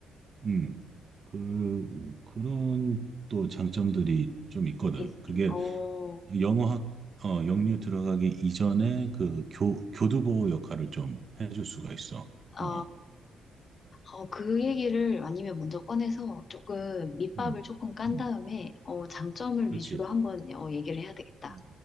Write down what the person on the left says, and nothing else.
이,
이- 어.
어, 어, 그 얘기를
아니면 먼저 꺼내서 조금 밑밥을
조금 깐
다음에 어, 장점을
위주로 한번 어, 얘기를 해야 되겠다.